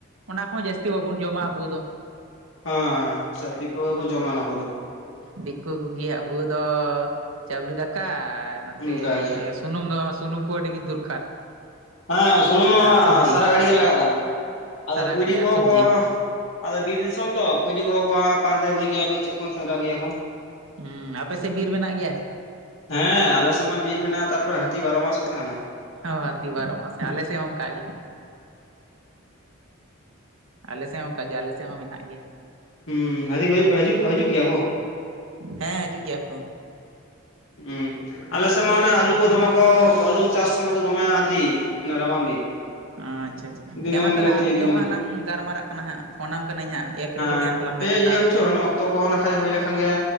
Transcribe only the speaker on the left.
ᱦᱮᱸ ᱪᱷᱟᱛᱤᱠ ᱠᱚᱜᱮ ᱠᱚ ᱡᱚᱢᱟ ᱠᱚᱫᱚ
ᱚᱱᱠᱟᱜᱮ
ᱦᱮᱸ ᱥᱩᱱᱩᱢ ᱢᱟ
ᱥᱟᱨᱟ ᱜᱷᱟᱹᱲᱤ ᱜᱮ ᱞᱟᱜᱟᱜ ᱠᱟᱱᱟ ᱟᱫᱚ
ᱠᱩᱭᱰᱤ
ᱠᱚᱦᱚ
ᱠᱚ ᱟᱫᱚ ᱵᱤᱨ ᱫᱤᱥᱚᱢ ᱛᱚ ᱠᱩᱭᱰᱤ ᱠᱚᱦᱚᱸ ᱠᱚ ᱯᱟᱱᱛᱮ ᱟᱹᱜᱩᱭ ᱜᱮᱭᱟ ᱵᱤᱨ ᱪᱮᱫ ᱠᱷᱚᱱ ᱥᱫᱽᱨᱟ ᱟᱹᱜᱩᱭᱟ ᱠᱚ
ᱦᱮᱸ ᱟᱞᱮᱥᱮᱫ ᱢᱟ ᱵᱤᱨ ᱢᱮᱱᱟᱜᱼᱟ ᱛᱟᱨᱯᱚᱨᱮ ᱦᱟᱹᱛᱤ ᱵᱟᱨᱚ ᱢᱟᱥ ᱠᱚ ᱛᱟᱦᱮᱱᱟ
ᱦᱩᱸᱦᱟᱸᱛᱤ ᱠᱟ ᱦᱤᱡᱩᱜ ᱠᱚ ᱦᱤᱡᱩᱜ ᱦᱤᱡᱩᱜ ᱜᱮᱭᱟ ᱠᱚ?
ᱦᱩᱸ ᱟᱞᱮ ᱥᱮᱫ ᱢᱟ ᱚᱱᱟ ᱟᱹᱞᱩ ᱠᱚ ᱫᱚᱢᱮ ᱠᱚ ᱟᱹᱞᱩ ᱪᱟᱥ ᱥᱚᱢᱚᱭ ᱫᱚ ᱫᱚᱢᱮ ᱦᱟᱛᱹᱤ ᱨᱟᱵᱟᱱ ᱫᱤᱱ
ᱫᱤᱱᱟᱹᱢ
ᱜᱮ ᱦᱟᱹᱛᱤ
ᱫᱤᱱᱟᱹᱢ
ᱜᱮ᱾
<unintelligible>
ᱦᱟᱯᱮ
ᱤᱭᱟᱹ ᱦᱚᱪᱚ ᱛᱚ ᱠᱚᱦᱚᱸ ᱱᱟᱠᱷᱟᱡ ᱦᱩᱭ ᱞᱮᱠᱷᱟᱱ ᱜᱮ